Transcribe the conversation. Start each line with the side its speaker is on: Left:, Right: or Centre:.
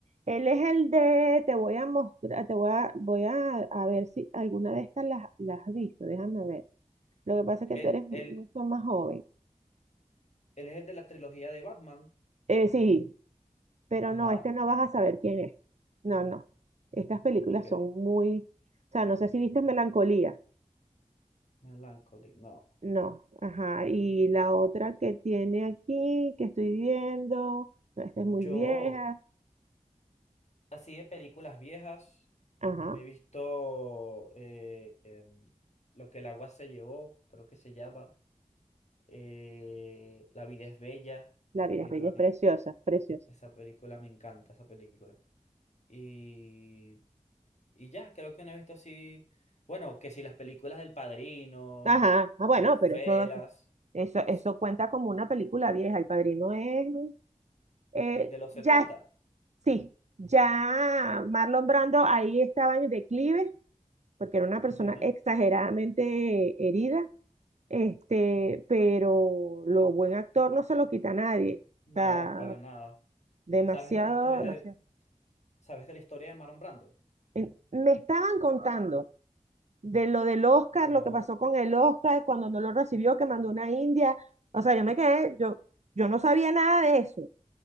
Right: él es el de, te voy a mostrar, te voy a, voy a, a ver si alguna de estas las, las has visto. Déjame ver. Lo que pasa es
Left: Él,
Right: que tú eres mucho
Left: él,
Right: más joven.
Left: él es el de la trilogía de Batman.
Right: Eh, sí, pero
Left: Ajá.
Right: no, este no vas a saber quién es. No, no. Estas películas
Left: Ok.
Right: son muy, o sea, no sé si viste Melancolía.
Left: Melancholic, no.
Right: No, ajá. Y la otra que tiene aquí, que estoy viendo, no, esta es muy
Left: Yo,
Right: vieja.
Left: así de películas viejas,
Right: Ajá.
Left: me he visto eh, em, Lo que el agua se llevó, creo que se llama. eh, La vida es bella.
Right: La
Left: Esa
Right: vida
Left: película
Right: es bella, es
Left: me,
Right: preciosa, preciosa.
Left: esa película me encanta, esa película. Y, y ya, creo que no he visto así. Bueno, que si las películas del Padrino,
Right: Ajá. Ah, bueno,
Left: Goodfellas,
Right: pero eso, eso, eso
Left: s-
Right: cuenta como una película vieja. El Padrino es, eh,
Left: de los
Right: ya,
Left: setenta
Right: sí, ya Marlon Brando ahí estaba en declive, porque era una persona
Left: Ujú.
Right: exageradamente herida, este, pero lo buen actor no se lo quita a nadie.
Left: No,
Right: O sea,
Left: para nada.
Right: demasiado,
Left: ¿Sabes de la historia
Right: demasiado.
Left: de, sabes de la historia de Marlon Brando?
Right: en- Me estaban contando de lo del Oscar,
Left: No,
Right: lo que pasó con el Oscar, cuando no lo recibió, que mandó una india. O sea, yo me quedé, yo, yo no sabía nada de eso.